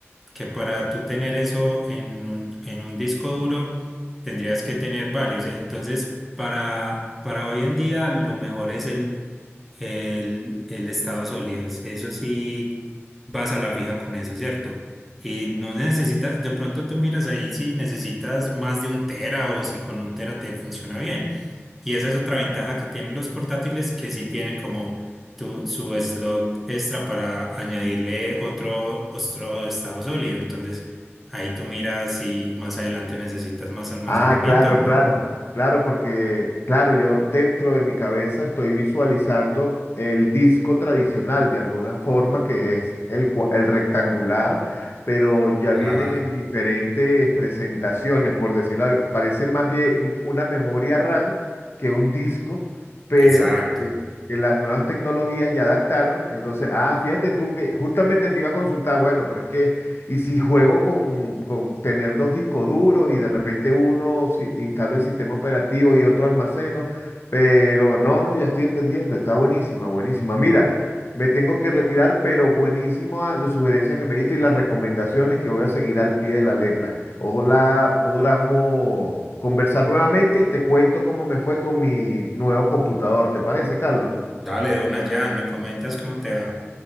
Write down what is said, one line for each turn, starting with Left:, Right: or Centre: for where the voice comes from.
Centre: que para tú tener eso en un, en un disco duro, tendrías que tener varios. Entonces, para, para hoy en día, lo mejor es el el, el Estados Unidos. Eso sí, vas a la fija con eso, ¿cierto? Y no necesitas, de pronto tú miras ahí si necesitas más de un tera o si con un tera te funciona bien. Y esa es otra ventaja que tienen los portátiles, que sí tienen como tu, su slot extra para añadirle otro, otro estado sólido. Entonces, ahí tú miras si más adelante necesitas más almacenamiento,
Left: Ah, claro,
Centre: ¿no?
Left: claro, claro, porque, claro, yo dentro de mi cabeza estoy visualizando el disco tradicional de alguna forma, que es el, cua- el rectangular, pero ya
Centre: Claro,
Left: vienen en diferentes presentaciones, por decirlo, al- parece más bien una memoria RAM que un disco, pero
Centre: exacto.
Left: que, que las nuevas tecnologías ya adaptaron. Entonces, ah, fíjate tú que justamente te iba a consultar, bueno, pero es que... Y si juego con, con tener dos discos duros y de repente uno si- instalo el sistema operativo y otro almaceno, pero no, no, ya estoy entendiendo, está buenísima, buenísima. Mira, me tengo que retirar, pero buenísima las sugerencias que me diste y las recomendaciones que voy a seguir al pie de la letra. Ojalá podamos conversar nuevamente y te cuento cómo me fue con mi nuevo computador, ¿te parece, Carlos?
Centre: Dale de una ya, me comentas cómo te va.